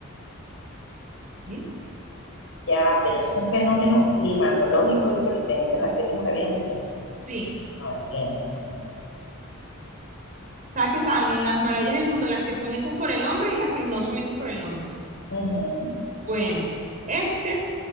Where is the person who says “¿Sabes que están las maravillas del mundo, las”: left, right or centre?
Right